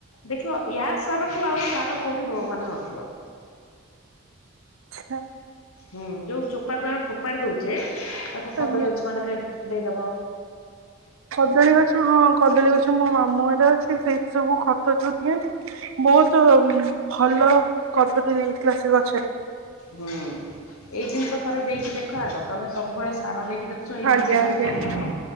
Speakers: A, on the left; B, on the right.
A: ଦେଖିବ ୟା ସାରଠୁ ଆଉ ସାର କେଉଁଠି ମାନେ ନଥିବ।
B: ଆଚ୍ଛା
A: ହୁଁ ଯୋଉ ଚୋପାକୁ ଆମେ ଫୋପାଡ଼ି ଦଉଛେ ତାକୁ କଦଳୀ
B: ଆଜ୍ଞା
A: ଅଛ ମାନେକ ଦେଇ ଦବ
B: କଦଳୀ ଗଛ ହଁ କଦଳୀ ଗଛ ମୋ ମାମୁଁଘରେ ଅଛି ସେଇଠି ସବୁ ଖତ ଯୋଉ ଦିଅନ୍ତି ବହୁତ ଭଲ କଦଳୀ ହେଇଥିଲା ସେଗଛରେ
A: ହୁଁ ଏଇ ଜିନିଷ ଥରେ ଦେଇକି ଦେଖ ଆଗ। ତମେ ସବୁବେଳେ ସାର ଦେଇକି ଦେଉଚ ଏଇ
B: ଆଜ୍ଞା
A: ଜିନିଷ ଥରେ
B: ଆଜ୍ଞା।
A: ଦେଖିବ